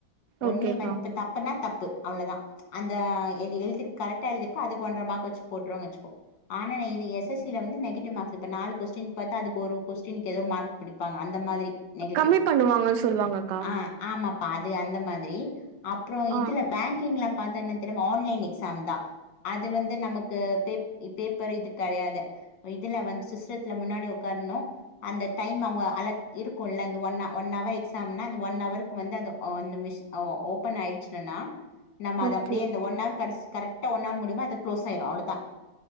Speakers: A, on the left; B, on the right.
A: ஒன்லி
B: ஓகேக்கா
A: ஒன்த் தப்புனா தப்பு அவ்ளோதா அந்த எழுதிர் கரெக்டா எழுதிர்க அதுக்கு ஒன்ற மார்க் வச்சு போட்டுருவாங்க வச்சுகோ ஆன இது எஸ் எஸ் ல வந்து நெகிடிவ் மார்க்ஸ் இப்ப நாலு கொஸ்டின் பாத்தா அதுக்கு ஒரு கொஸ்டினுக்கு ஏதோ மார்க் பிடிப்பங்க அந்த மாதிரி நெகட்டிவ்
B: கம்மி பண்ணுவாங்க சொல்லுவாங்கக்கா
A: ஆ ஆமாப்பா அது அந்த மாதிரி அப்ரோ
B: ஆ
A: இதுல பேங்கிங்ல பா்த்தன்ன தெரிமா ஆன்லைன் எக்ஸாம் தா அது வந்து நமக்கு பேப் பேப்பரு இது கெடையாது இதுல வந்து சிஸ்டத்துல முன்னாடி உக்கார்ணு அந்த டைம் அவங்க அலக் இருக்குல அந்த ஒன் ஒன்அவர்க்கு எக்ஸாம்னா அந்த ஒன் அவருக்கு வந்து அ அந்த மிஷி ஓ ஓபன் ஆயிடுச்சுனண்ணா நம்ம அது
B: ஓகே
A: அப்டியே இந்த ஒன் கடஷ் கரெக்டா ஒன் ஹவர் முடியுமா அது க்ளோஸ் ஆயிரு அவ்ளோதா